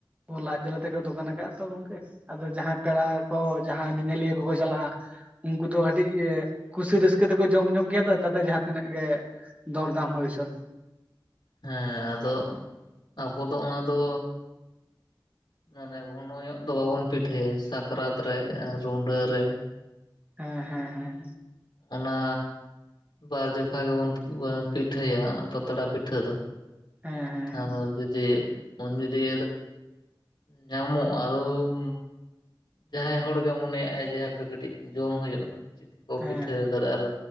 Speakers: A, on the right (about 15°); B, on the left (about 60°).
A: ᱞᱟᱡ ᱡᱟᱞᱟ ᱛᱮᱠᱚ ᱫᱚᱠᱟᱱ ᱟᱠᱟᱫᱼᱟ ᱛᱚ ᱜᱚᱝᱠᱮ ᱟᱫᱚ ᱡᱟᱦᱟᱸᱭ ᱯᱮᱲᱟ ᱠᱚ ᱡᱟᱦᱟᱸᱭ ᱧᱮᱧᱮᱞᱤᱭᱟᱹ ᱠᱚᱠᱚ ᱪᱟᱞᱟᱜᱼᱟ ᱩᱱᱠᱩ ᱫᱚ ᱠᱟᱹᱴᱤᱡ ᱠᱩᱥᱤ ᱨᱟᱹᱥᱠᱟᱹ ᱛᱮᱠᱚ ᱡᱚᱢ ᱧᱩᱭ ᱜᱮᱭᱟ ᱛᱟᱛᱮ ᱡᱟᱦᱟᱸ ᱛᱤᱱᱟᱹᱜ ᱜᱮ ᱫᱚᱨᱫᱟᱢ ᱦᱳᱭ ᱦᱚᱪᱚᱱ
B: ᱦᱮᱸ ᱟᱫᱚ ᱟᱵᱚ ᱫᱚ ᱚᱱᱟ ᱫᱚ ᱢᱟᱱᱮ ᱜᱷᱚᱱᱚ ᱧᱚᱜ ᱫᱚ ᱵᱟᱵᱚᱱ ᱯᱤᱴᱷᱟᱹᱭᱟ ᱥᱟᱠᱨᱟᱛ ᱨᱮ ᱨᱩᱸᱰᱟᱹ ᱨᱮ
A: ᱦᱮᱸ ᱦᱮᱸ ᱦᱮᱸ
B: ᱚᱱᱟ ᱵᱟᱨ ᱡᱚᱠᱷᱟ ᱜᱮᱵᱚᱱ ᱯᱤᱴᱷᱟᱹᱭᱟ ᱯᱟᱛᱲᱟ ᱯᱤᱴᱷᱟᱹ ᱫᱚ।
A: ᱦᱮᱸ ᱦᱮᱸ ᱦᱮᱸ
B: ᱟᱫᱚ ᱡᱩᱫᱤ ᱩᱱ ᱡᱩᱫᱤ ᱧᱟᱢᱚᱜ-ᱟ ᱟᱫᱚᱢ ᱡᱟᱦᱟᱸᱭ ᱦᱚᱲ ᱜᱮ ᱢᱚᱱᱮᱭᱟᱜ ᱟᱭ ᱡᱮ ᱦᱟᱯᱮ ᱠᱟᱹᱴᱤᱡ ᱡᱚᱢ ᱦᱩᱭᱩᱜᱼᱟ ᱪᱮᱫ ᱠᱚ
A: ᱦᱮᱸ
B: ᱯᱤᱴᱷᱟᱹᱣ ᱠᱟᱫᱟ ᱟᱨ